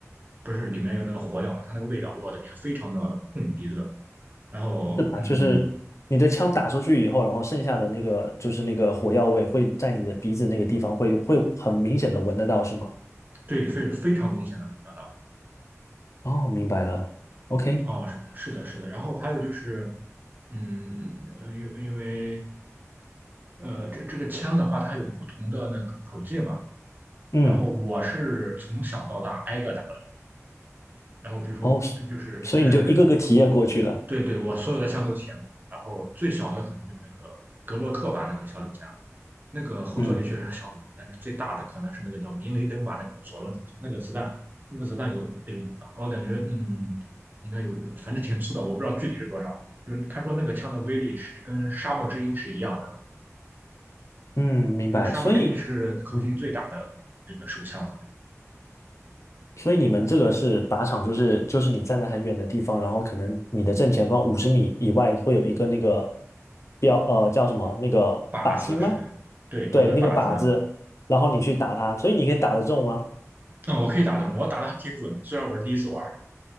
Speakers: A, on the right (about 35°); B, on the left (about 65°).
A: 不是里面有那个火药嘛，它那个味道，我的天，非常的冲鼻子，然后嗯，
B: 是吧？就是你的枪打出去以后，然后剩下的那个就是那个火药味会在你的鼻子那个地方会会很明显的闻得到，是吗？
A: 对，非非常明显的闻得到。
B: 哦，明白了。OK，
A: 哦，是的，是的。然后还有就是，嗯，呃因因为呃，这这个枪的话，它有不同的那个口径嘛。
B: 嗯。
A: 然后我是从小到大挨个打的。然后比如说，
B: 哦，
A: 就是就是
B: 所以你就一个个体验过去了。
A: 对对，我所有的枪都体验过，然后最小的可能就是那个格洛克吧，那个小手枪，那个后坐力确实小很多，
B: 嗯
A: 但是最大的可能是那个叫明雷登吧，那个左轮手枪，那个子弹，那个子弹有有，我感觉嗯，应该有，反正挺粗的，我不知道具体是多少。就是他说那个枪的威力是跟沙漠之鹰是一样的，
B: 嗯，明白。
A: 就是沙漠之鹰是口径最大的这个手枪了，
B: 所以，嗯，所以你们这个是靶场，就是就是你站在很远的地方，然后可能你的正前方五十米以外会有一个那个标，呃，叫什么？那个靶心吗？
A: 靶子是的，对，
B: 对，
A: 有一个靶子，
B: 那个靶子，然后你去打它，所以你可以打得中吗？
A: 嗯，我可以打得中，我打的还挺准，虽然我是第一次玩。